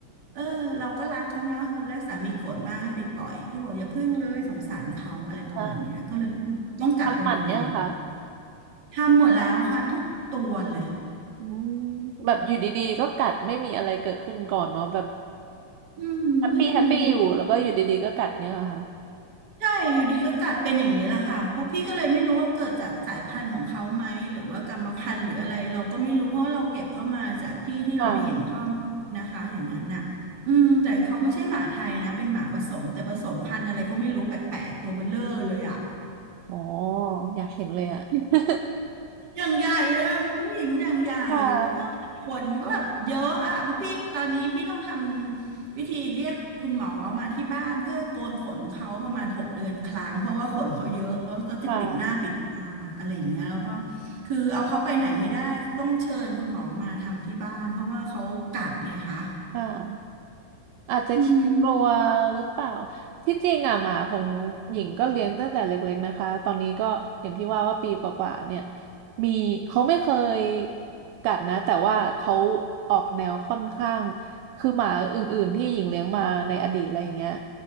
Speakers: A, on the right; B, on the right.
A: เออเราก็รักเขาเนาะตอนแรกสามีโกรธมากให้ไปปล่อยพี่บอกอย่าพึ่งเลยสงสารเขาอะไรประมาณเนี้ยก็เลย
B: อ่า
A: ต้องกักบริเวณ
B: ทำหมันเนี่ยค่ะ
A: ทำหมดแล้วค่ะทุกตัวเลย
B: อืมแบบอยู่ดีๆก็กัดไม่มีอะไรเกิดขึ้นก่อนเนาะแบบ
A: อืมไม่มี
B: แฮปปี้แฮปปี้อยู่แล้วก็อยู่ดีๆก็กัดเนี่ยเหรอค่ะ
A: ใช่อยู่ดีก็กัดเป็นอย่างนี้แหละค่ะเพราะพี่ก็เลยไม่รู้เขาเกิดจากสายพันธุ์ของเขาไหมหรือว่ากรรมพันธุ์หรืออะไรเราก็ไม่รู้เพราะเราเก็บเข้ามาจากที่ที่เราไม่เห็นพ่อแม่นะคะอย่างนั้นน่ะอืมแต่เขาไม่ใช่หมาไทยนะเป็นหมาผสมแต่ผสมพันธุ์อะไรก็ไม่รู้แปลกๆตัวเบ้อเร่อเลยอ่ะ
B: ค่ะอ๋ออยากเห็นเลยอะ <laughs>
A: อย่างใหญ่เลยคุณน้องหญิงอย่างใหญ่แล้วก็ผลก็แบบเยอะอ่ะเพราะพี่ตอนนี้พี่ต้องทำวิธีเรียกคุณหมอมาที่บ้านเพื่อโกนขนเขาประมาณหกเดือนครั้งเพราะว่าขนเขาเยอะแล้วก็จะปิดหน้าปิดตาอะไรอย่างเงี้ยแล้วก็
B: ค่ะค่ะ
A: คือเอาเขาไปไหนไม่ได้ต้องเชิญคุณหมอมาทำที่บ้านเพราะว่าเขากัดไงคะ
B: ค่ะ อาจจะขี้กลัวหรือเปล่า
A: อืม
B: ที่จริงอ่ะหมาของหญิงก็เลี้ยงตั้งแต่เล็กๆนะคะตอนนี้ก็อย่างที่ว่าว่าปีกว่าๆเนี่ยมีเขาไม่เคยกัดนะแต่ว่าเขาออกแนวค่อนข้างคือหมาอื่นๆที่หญิงเลี้ยงมาในอดีตอะไรอย่างเงี้ย